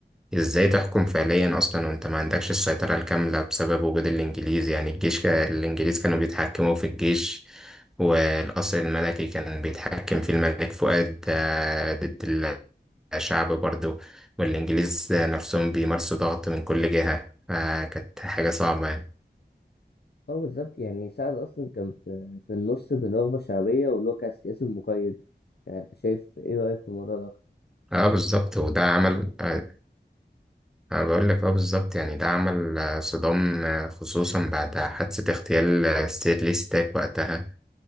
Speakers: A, in the centre; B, on the left.
A: ازاي تحكم فعليا أصلا وانت ما عندكش السيطرة الكاملة بسبب وجود الإنجليز يعني الجيش كا- الإنجليز كانوا بيتحكموا في الجيش والقصر الملكي كان بيتحكم فيه الملك فؤاد آه، ضد الشعب برضه والإنجليز نفسهم بيمارسوا ضغط من كل جهة فكانت حاجة صعبة يعني.
B: اه بالظبط يعني سعد اصلا كان في في النص بين رغبه شعبيه واللي هو كان سياسي مقيد يعني انت شايف ايه رايك في الموضوع ده اكتر
A: اه بالظبط وده عمل آه، انا بقول لك اه بالظبط يعني ده عمل آه، صدام آه، خصوصا بعد حادثة اغتيال آه، ستيرلي ستاك وقتها